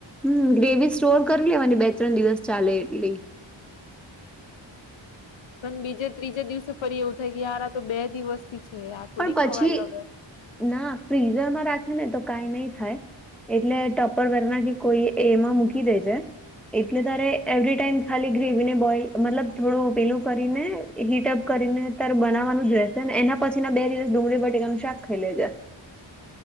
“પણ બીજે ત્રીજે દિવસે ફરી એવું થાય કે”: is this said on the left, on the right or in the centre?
Left